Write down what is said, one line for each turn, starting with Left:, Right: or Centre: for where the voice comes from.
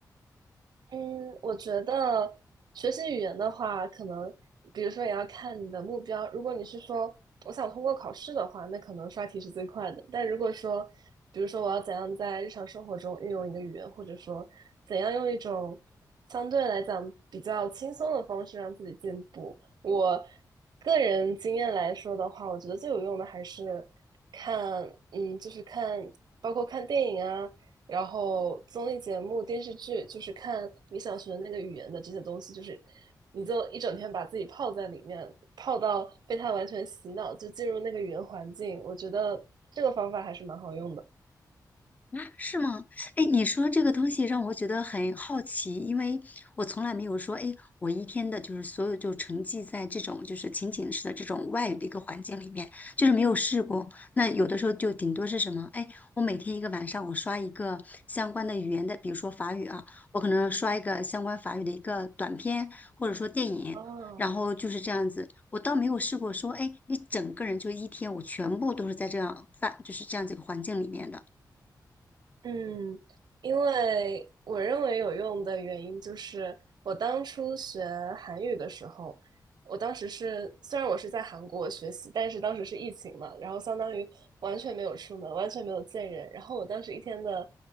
Right: 嗯，我觉得学习语言的话，可能比如说也要看你的目标。如果你是说我想通过考试的话，那可能刷题是最快的。但如果说，比如说我要怎样在日常生活中运用一个语言，或者说怎样用一种相对来讲比较轻松的方式让自己进步，我个人经验来说的话，我觉得最有用的还是看，嗯，就是看，包括看电影啊。然后综艺节目、电视剧就是看你想学的那个语言的这些东西，就是你就一整天把自己泡在里面，泡到被它完全洗脑，就进入那个语言环境。我觉得这个方法还是蛮好用的。
Left: 啊，是吗？哎，你说这个东西让我觉得很好奇，因为我从来没有说，哎，我一天的就是所有就沉浸在这种就是情景式的这种外语的一个环境里面，就是没有试过。那有的时候就顶多是什么？哎，我每天一个晚上我刷一个相关的语言的，比如说法语啊，我可能刷一个相关法语的一个短片，或者说电影。
Right: 哦，
Left: 然后就是这样子，我倒没有试过说，哎，你整个人就一天，我全部都是在这样范，就是这样子一个环境里面的。
Right: 嗯，因为我认为有用的原因就是，我当初学韩语的时候，我当时是虽然我是在韩国学习，但是当时是疫情嘛，然后相当于完全没有出门，完全没有见人。然后我当时一天的